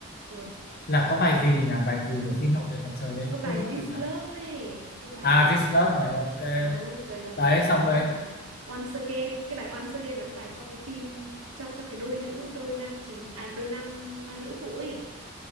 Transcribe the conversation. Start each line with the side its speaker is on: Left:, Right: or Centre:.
Right: ui
Left: là có bài gì nhỉ bài gì của phim Hậu duệ mặt trời ấy
Right: có bài
Left: quên mất
Right: This
Left: rồi nhỉ
Right: Love ấy cái bài
Left: à
Right: gì
Left: This Love này ok
Right: ồ rồi là bài
Left: đấy xong
Right: à,
Left: rồi
Right: cái gì Once Again cái bài Once Again là cái bài cho cái phim cho cho cái đôi nữ đôi nam chính à đôi nam nam nữ phụ ấy